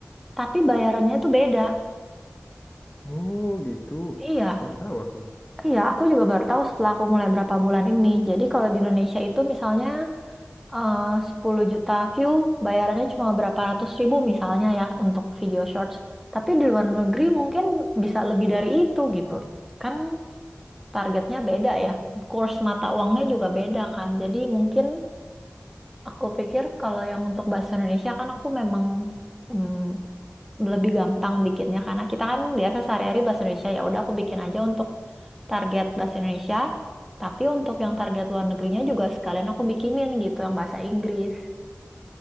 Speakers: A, in the centre; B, on the left.
A: tapi bayarannya itu beda.
B: Oh gitu,
A: Iya,
B: baru tahu aku.
A: iya, aku juga baru tahu setelah aku mulai berapa bulan ini. Jadi kalau di Indonesia itu misalnya eh 10 juta view, bayarannya cuma berapa ratus ribu misalnya ya untuk video shorts. Tapi di luar negeri mungkin bisa lebih dari itu gitu. Kan targetnya beda ya. Kurs mata uangnya juga beda kan. Jadi mungkin aku pikir kalau yang untuk bahasa Indonesia kan aku memang mm, lebih gampang bikinnya karena kita kan biasa sehari-hari bahasa Indonesia ya udah aku bikin aja untuk target bahasa Indonesia. Tapi untuk yang target luar negerinya juga sekalian aku bikinin gitu yang bahasa Inggris.